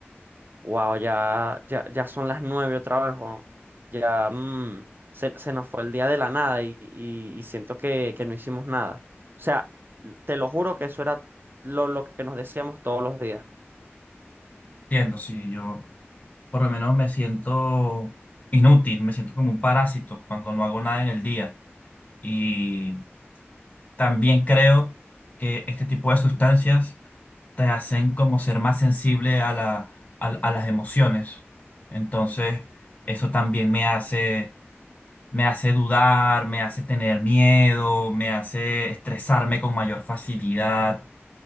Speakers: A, on the right (about 50°); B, on the left (about 35°).
A: Wow, ya, ya, ya son las nueve otra vez, weón. Ya mm, se, se nos fue el día de la nada y, y- y siento que, que no hicimos nada. O sea, te lo juro que eso era lo, lo que nos decíamos todos los días.
B: Entiendo, si yo por lo menos me siento inútil, me siento como un parásito cuando no hago nada en el día. Y también creo que este tipo de sustancias te hacen como ser más sensible a la, a, a las emociones. Entonces, eso también me hace, me hace dudar, me hace tener miedo, me hace estresarme con mayor facilidad.